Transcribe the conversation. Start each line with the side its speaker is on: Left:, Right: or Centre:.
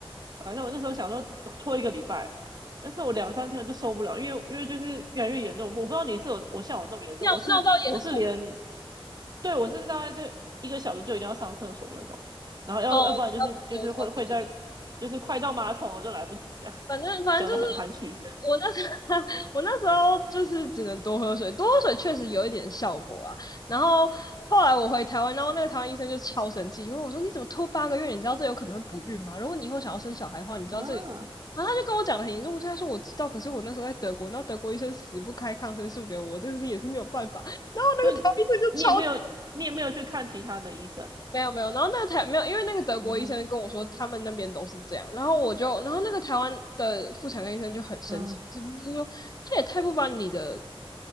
Right: 反正我那时候想说拖一个礼拜，但是我两三天我就受不了，因为因为就是越来越严重。我不知道你是有我像我那么严重，
Left: 尿尿道炎很痛，
Right: 我是我是连对我是大概对一个小时就一定要上厕所那种，然后要要不然就是就是会会在
Left: 哦，差不多差不多。
Right: 就是快到马桶我就来不及这样，
Left: 反正反正就是
Right: 讲的很含蓄
Left: 我那时候 <laughs> 我那时候就是只能多喝水，多喝水确实有一点效果啦。然后后来我回台湾，然后那个台湾医生就超生气，因为我说你怎么拖八个月？你知道这有可能会不孕吗？如果你以后想要生小孩的话，你知道这个影响。
Right: 啊。
Left: 然后他就跟我讲的很严重，我对他说我知道，可是我那时候在德国，那德国医生死不开抗生素给我，我真的是也是没有办法。<laughs> 台湾医生就超
Right: 所以你也没有，你也没有去看其他的医生
Left: 没有没有，然后那个台没有，因为那个德国医生跟我说他们那边都是这样，
Right: 啊？
Left: 然后我就，然后那个台湾的妇产科医生就很生气，
Right: 啊，
Left: 就是说他也太不把你的